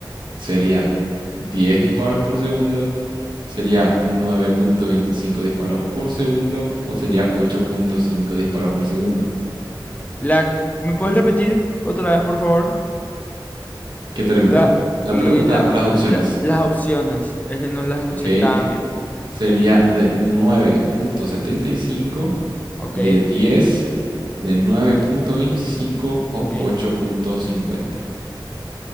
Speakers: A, on the right; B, on the left.
A: sería 10 disparos por segundo, sería nueve punto veinticinco disparos por segundo o sería ocho punto cinco disparos por segundo.
B: La... ¿Me puedes repetir otra vez, por favor?
A: ¿Qué te repito?
B: La,
A: La
B: y
A: pregunta
B: la,
A: o las
B: la-
A: opciones,
B: las opciones, es que no las escuché
A: ¿ok?
B: tan bien.
A: Sería de nueve punto setenta y cinco,
B: Ok,
A: de 10, de nueve punto veinticinco o
B: ok.
A: ocho punto cincuenta.